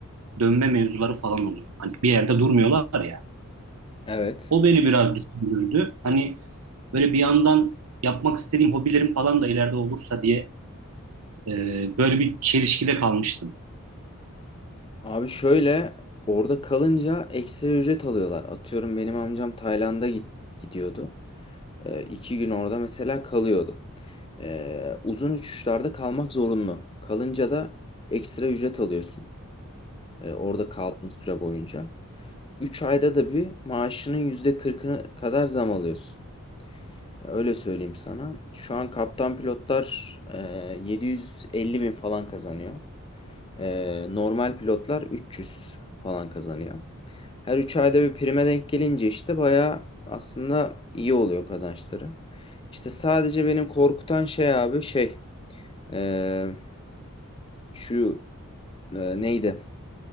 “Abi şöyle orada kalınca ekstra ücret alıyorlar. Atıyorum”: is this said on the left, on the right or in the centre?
Left